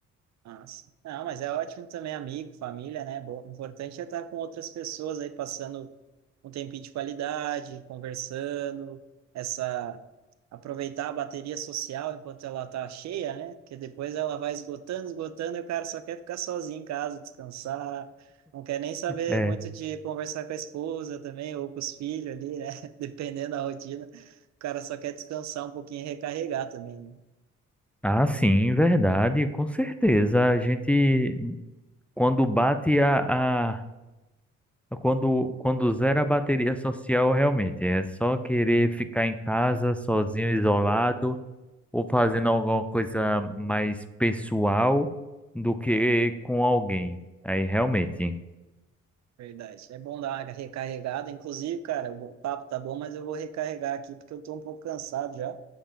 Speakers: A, on the right; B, in the centre.
A: Ah, sim. Ah, mas é ótimo também, amigo, família, né? Bo- O importante é estar com outras pessoas aí, passando um tempinho de qualidade, conversando, essa... aproveitar a bateria social enquanto ela tá cheia, né? Porque depois ela vai esgotando, esgotando, e o cara só quer ficar sozinho em casa, descansar, não quer nem saber
B: É.
A: muito de conversar com a esposa também, ou com os filhos ali, né? <laughs> Dependendo da rotina, o cara só quer descansar um pouquinho e recarregar também,
B: Ah, sim, verdade, com certeza. A gente, quando bate a, a Quando, quando zera a bateria social, realmente é só querer ficar em casa, sozinho, isolado, ou fazendo alguma coisa mais pessoal do que
A: né?
B: com alguém. Aí, realmente,
A: Verdade. É bom dar uma recarregada. Inclusive, cara, o papo tá bom, mas eu vou recarregar aqui porque eu tô um pouco cansado já.